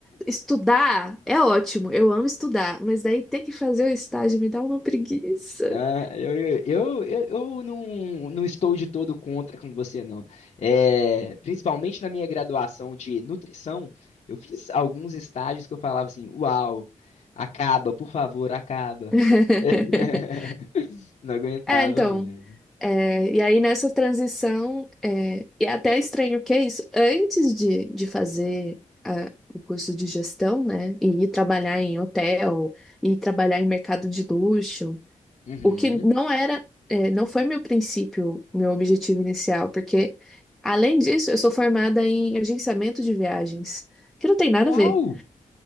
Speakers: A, in the centre; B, on the left (about 55°).
A: estudar é ótimo, eu amo estudar, mas daí ter que fazer o estágio me dá uma preguiça.
B: Ah, eu, eu, eu, eu não, não estou de todo contra com você, não. É, principalmente na minha graduação de nutrição, eu fiz alguns estágios que eu falava assim: Uau, acaba, por favor, acaba.
A: <laughs>
B: <laughs> Não aguentava
A: É, então.
B: mais.
A: é, e aí nessa transição, é, e é até estranho que é isso, antes de, de fazer ah, o curso de gestão, né, e ir trabalhar em hotel, ir trabalhar em mercado de luxo.
B: Uhum.
A: O que não era, é, não foi meu princípio, meu objetivo inicial, porque, além disso, eu sou formada em agenciamento de viagens, que não tem nada
B: Uau!
A: a ver.